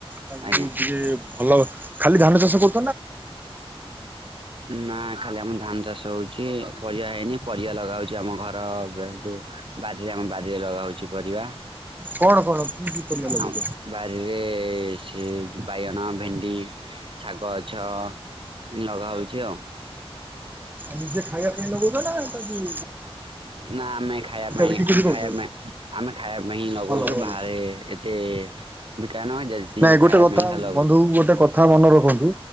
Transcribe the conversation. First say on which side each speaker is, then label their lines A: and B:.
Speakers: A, on the right; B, on the right.
A: ତାକୁ
B: ଆଜ୍ଞା
A: ଟିକେ ଭଲ ଖାଲି ଧାନ ଚାଷ କ
B: ନା ଖାଲି ଆମର ଧାନ ଚାଷ ହଉ କିଛି ପରିବା ହେଇନି ପରିବା ଲଗାହଉଛି ଆମ ଘର ଯେଉଁ ବାରିରେ ଆମ ବାରିରେ ଲଗାହେଉଛି ପରିବା।
A: କଣ କଣ? କି କି ପରିବା ଲଗଉଛ?
B: ଆ ବାରିରେ ସେ ବାଇଗଣ ଭେଣ୍ଡି ଶାଗ ଗଛ ଲଗାହେଉଛି ଆଉ।
A: ନିଜେ ଖାଇବା ପାଇଁ ଲଗଉଛ ନା? ଖାଲି
B: ନା ଆମେ ଖାଇବା ପାଇଁ
A: ବିକି କିଛି
B: ଆମେ
A: କରୁଛ?
B: ଖାଇବା ପାଇଁ ଆମେ ଖାଇବା ପାଇଁ ହିଁ ଲଗଉଛୁ
A: ଭଲ ଭଲ
B: ବାହାରେ ଏତେ ବିକା ନ ଯଦି
A: ନାଇଁ
B: ଖାଇବା
A: ଗୋଟେ କଥା
B: ପାଇଁ ଖାଲି ଲଗଉଛୁ।
A: ବନ୍ଧୁ ଗୋଟେ କଥା ମନେ ରଖନ୍ତୁ